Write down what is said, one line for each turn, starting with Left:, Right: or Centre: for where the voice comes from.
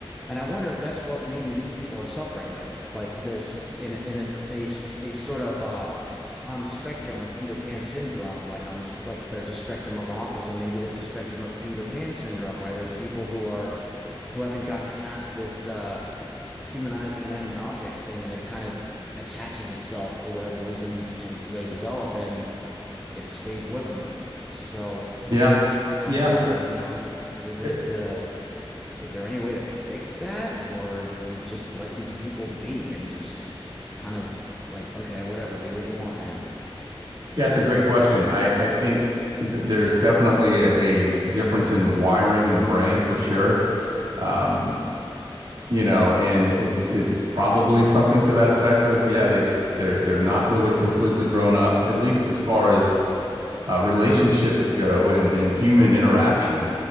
Centre: And I wonder if that's what maybe these people are suffering with, like this in in a, a, a sort of uh, on the spectrum of Peter Pan syndrome, like on this, like there's a spectrum of autism. Maybe there's a spectrum of Peter Pan syndrome where there's people who are who haven't gotten past this uh, humanizing inanimate objects thing, and it kind of attaches itself for whatever reason as they develop, and it stays with them. So
Right: Yeah.
Centre: sometimes
Right: Yeah.
Centre: wonder, you know, does
Right: It-
Centre: it? Uh, is there any way to fix that, or do you just let these people be and just kind of like, okay, whatever, do what you want, man?
Right: Yeah, it's a great question. I, I think th there's definitely a, a difference in wiring in the brain for sure. Um, you know, and it's it's probably something to that effect of, yeah, they just they're they're not really completely grown up, at least as far as uh, relationships go and and human interaction.